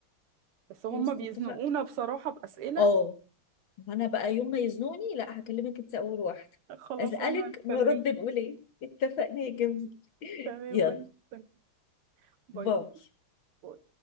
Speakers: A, on the right; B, on the left.
A: بس هما
B: خلاص
A: بيزنقونا
B: اتفقنا
A: بصراحة بأسئلة
B: اه وانا بقى يوم ما يزنوني لا هكلمك انت اول واحده
A: خلاص
B: اسالك
A: انا هستناك
B: نرد نقول ايه اتفقنا يا جميل <laughs>
A: تمام
B: يلا
A: وانا هستناك باي
B: باي
A: باي